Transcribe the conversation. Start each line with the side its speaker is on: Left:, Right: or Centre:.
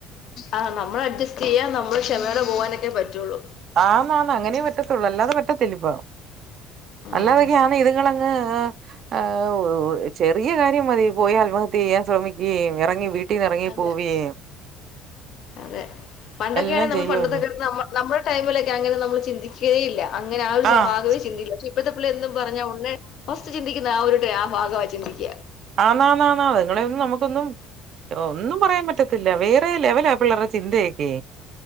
Left: ആഹ് നമ്മൾ അഡ്ജസ്റ്റ്യ്യാ നമ്മള് ക്ഷമയോടെ പോവാനൊക്കെ പറ്റുള്ളൂ.
Right: ആന്ന് അന്ന് അങ്ങനേ പറ്റത്തുള്ളൂ അല്ലാതെ പറ്റത്തില്ല ഇപ്പം.
Left: ഉം
Right: അല്ലാതൊക്കെയ ആണ് ഇതുങ്ങള ആ ചെറിയ കാര്യം മതി പോയി ആത്മഹത്യ ചെയ്യാൻ ശ്രമിക്കേം എ റങ്ങി വീട്ടീന്ന് എറങ്ങി
Left: അതെ
Right: പോവേം.
Left: അതെ പണ്ടൊക്കെയ
Right: എല്ലാം
Left: ആണ നമ്മൾ
Right: ചെയ്യുവല്ലോ
Left: പണ്ടത്തൊക്കെ നമ്മ നമ്മുടെ ടൈമിലൊ ക്കങ്ങനെ നമ്മള് ചിന്തിക്കേയില്ല അങ്ങനെ ആ ഒരു സ്വഭാകവേ
Right: ആഹ്
Left: ചിന്തി <unintelligible> ഇപ്പത്തെപ്പ്ള്ളെര് ന്ന് പറഞ്ഞാ ഒന്ന്. ഫസ്റ്റ് ചിന്തിക്കുന്ന ആ ഒര് ട്ടേ ആ ഭാഗമാ ചിന്തിക്ക
Right: ആന്നാന്നാ ന്നാ ള് ഇതിങ്ങളെയൊന്നും നമുക്കൊന്നും ഒന്നും പറയാൻ പറ്റത്തില്ല വേറേ ലെവലാ പിള്ളേർടെ ചിന്തയക്കേ